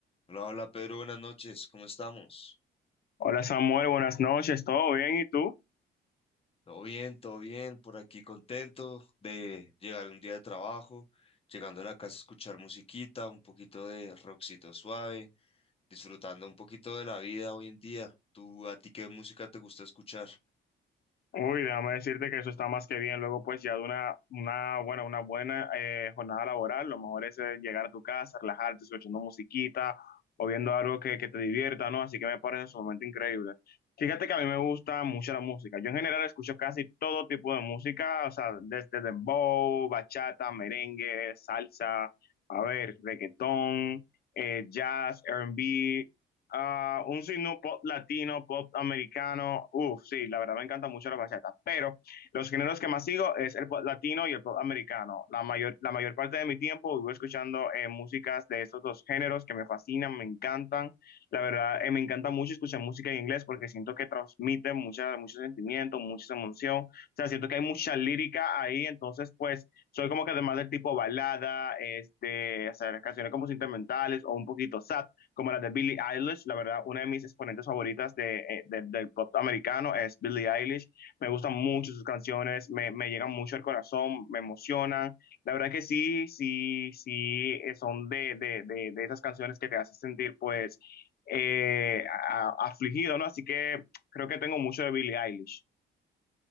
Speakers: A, on the left; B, on the left.
A: Hola, hola Pedro, buenas noches, ¿cómo estamos?
B: Hola Samuel, buenas noches, ¿todo bien? ¿Y tú?
A: Todo bien, todo bien, por aquí contento de llegar un día de trabajo, llegando a la casa a escuchar musiquita, un poquito de rockcito suave, disfrutando un poquito de la vida hoy en día. ¿Tú a ti qué música te gusta escuchar?
B: Uy, déjame decirte que eso está más que bien. Luego, pues ya de una, una buena, una buena eh, jornada laboral, lo mejor es eh, llegar a tu casa, relajarte, escuchando musiquita o viendo algo que, que te divierta, ¿no? Así que me parece sumamente increíble. Fíjate que a mí me gusta mucho la música. Yo en general escucho casi todo tipo de música, o sea, desde dembow, bachata, merengue, salsa, a ver, reggaetón, eh, jazz, R&B. ah, un signo pop latino, pop americano. Uf, sí, la verdad me encanta mucho la bachata. Pero los géneros que más sigo es el pop latino y el pop americano. La mayor, la mayor parte de mi tiempo vivo escuchando eh, músicas de estos dos géneros que me fascinan, me encantan. La verdad, eh, me encanta mucho escuchar música en inglés porque siento que transmite mucha, mucho sentimiento, mucha emoción. O sea, siento que hay mucha lírica ahí. Entonces, pues, soy como que además del tipo balada, este, hacer canciones como sentimentales o un poquito sad como las de Billie Eilish. La verdad, una de mis exponentes favoritas de, eh, de- del pop americano es Billie Eilish. Me gustan mucho sus canciones, me, me llegan mucho al corazón, me emocionan. La verdad que sí, sí, sí, eh, son de, de, de, de esas canciones que te hacen sentir pues eh, a- afligido, ¿no? Así que creo que tengo mucho de Billie Eilish.